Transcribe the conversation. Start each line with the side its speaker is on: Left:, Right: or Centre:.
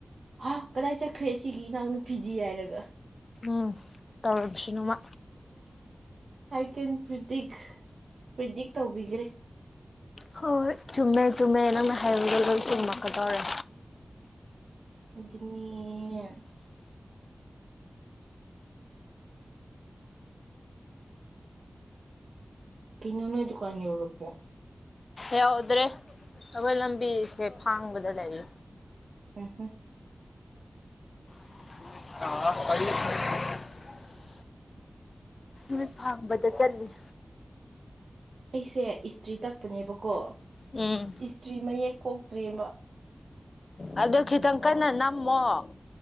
Right: ꯍꯥ ꯀꯗꯥꯏ ꯆꯠꯈ꯭ꯔꯦ ꯁꯤꯒꯤ ꯅꯅ ꯐꯤꯗꯤ ꯍꯥꯏꯔꯒ
Left: ꯎꯝ ꯇꯧꯔꯝꯁꯤ ꯅꯣꯡꯃ
Right: ꯑꯥꯏ ꯀꯦꯟ ꯄ꯭ꯔꯤꯗꯤꯛ ꯄ꯭ꯔꯤꯗꯤꯛ ꯇꯧꯕꯤꯈ꯭ꯔꯦ
Left: ꯍꯣꯏꯣꯏ ꯆꯨꯝꯃꯦ ꯆꯨꯝꯃꯦ ꯅꯪꯅ ꯍꯥꯏꯔꯨꯗ ꯂꯣꯏ ꯆꯨꯝꯃꯛꯀꯗꯧꯔꯦ
Right: ꯑꯗꯨꯅꯤ ꯀꯩꯅꯣꯅꯗꯨꯀꯥꯅꯤꯡꯔꯕ ꯄꯣ
Left: ꯌꯥꯎꯗ꯭ꯔꯦ ꯑꯩꯈꯣꯏ ꯂꯝꯕꯤꯁꯦ ꯐꯥꯡꯕꯗ ꯂꯩꯔꯤ
Right: ꯍꯝ ꯍꯝ
Left: <unintelligible> <unintelligible> ꯃꯤ ꯐꯝꯕꯗ ꯆꯜꯂꯤꯠ
Right: ꯑꯩꯁꯦ ꯏꯁꯇ꯭ꯔꯤ ꯇꯛꯄꯅꯦꯕꯀꯣ
Left: ꯎꯝ
Right: ꯏꯁꯇ꯭ꯔꯤ ꯃ ꯌꯦꯣ ꯇ꯭ꯔꯤꯕ
Left: ꯑꯗꯨꯗ ꯀꯈꯤꯇꯪ ꯀꯅꯥ ꯅꯃꯣ